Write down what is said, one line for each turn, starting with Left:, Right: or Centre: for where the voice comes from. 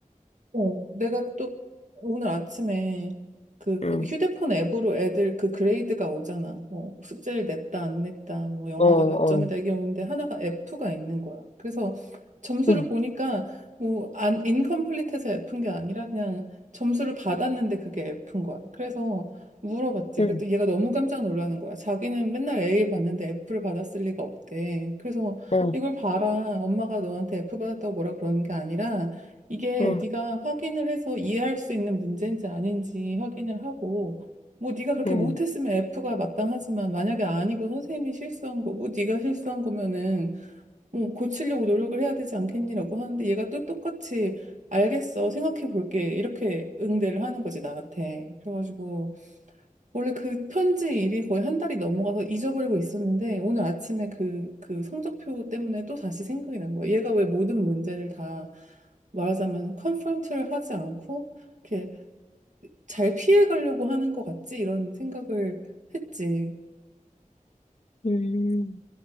Right: 어, 내가 또 오늘 아침에 그
Left: 응,
Right: 휴대폰 앱으로 애들 그 그레이드가 오잖아. 뭐 숙제를 냈다, 안 냈다, 뭐 영어가
Left: 어, 어.
Right: 몇 점이다 이게 오는데 하나가 F가 있는 거야. 그래서 점수를
Left: 어.
Right: 보니까 뭐 안, 인컴플리트해서 F인 게 아니라 그냥 점수를 받았는데 그게 F인 거야. 그래서 물어봤지.
Left: 응,
Right: 그랬더니 얘가 너무 깜짝 놀라는 거야. 자기는 맨날 A 받는데 F를 받았을 리가 없대. 그래서
Left: 어,
Right: 이걸 봐라. 엄마가 너한테 F 받았다고 뭐라 그러는 게 아니라 이게
Left: 어.
Right: 네가 확인을 해서 이해할 수 있는 문제인지 아닌지 확인을 하고 뭐 네가 그렇게
Left: 응.
Right: 못했으면 F가 마땅하지만 만약에 아니고 선생님이 실수한 거고 네가 실수한 거면은 뭐 고치려고 노력을 해야 되지 않겠니라고 하는데 얘가 또 똑같이 알겠어 생각해 볼게 이렇게 응대를 하는 거지 나한테 그래가지고 원래 그 편지 일이 거의 한 달이 넘어가서 잊어버리고 있었는데 오늘 아침에 그, 그 성적표 때문에 또 다시 생각이 난 거야. 얘가 왜 모든 문제를 다 말하자면 컨프런트를 하지 않고 이렇게 잘 피해가려고 하는 것 같지? 이런 생각을 했지.
Left: 음.